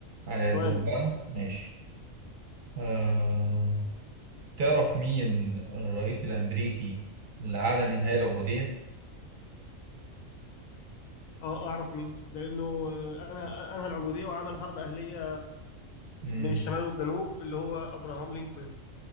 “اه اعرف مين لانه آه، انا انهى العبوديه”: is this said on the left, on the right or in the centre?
Left